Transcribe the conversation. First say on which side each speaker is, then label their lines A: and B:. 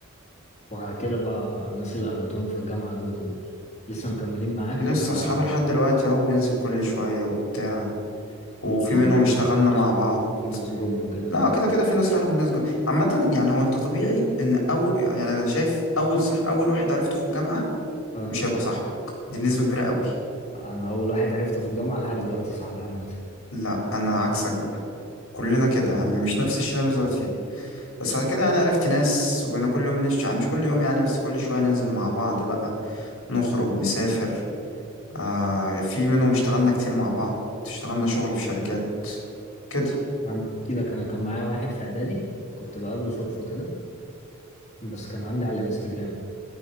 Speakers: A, on the left; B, on the left.
A: وعلى كده بقى الناس اللي قابلتهم في الجامعة دول لسه مكملين معاك
B: لسه
A: ولا
B: صحاب لحد دلوقتي أهو بننزل كل شوية وبتاع
A: كلهم
B: وفي منهم
A: ولا
B: اشتغلنا
A: في ناس
B: مع
A: راحوا
B: بعض
A: وفي ناس جم وكده؟
B: لا كده كده في ناس راحت وفي ناس جت عامة يعني هو أنت طبيعي إن أول يعني أنا شايف أول صح أول واحد عرفته في الجامعة
A: اه
B: مش هيبقى صاحبك دي بنسبة كبيرة قوي
A: انا اول واحد عرفته في الجامعه لحد دلوقتي صاحبي عامه
B: لا أنا عكسك بقى كلنا كده يعني مش نفس الشلة اللي بنزل فيها بس بعد كده يعني عرفت ناس وبقينا كل يوم نش... يعني مش كل يوم يعني بس كل شوية ننزل مع بعض بقى نخرج نسافر آه في منهم اشتغلنا كتير مع بعض اشتغلنا شغل في شركات كده
A: عندي- احكي لك انا كان معايا واحد في اعدادي كنت بقابله صدفه كده بس كان عندي على الانستجرام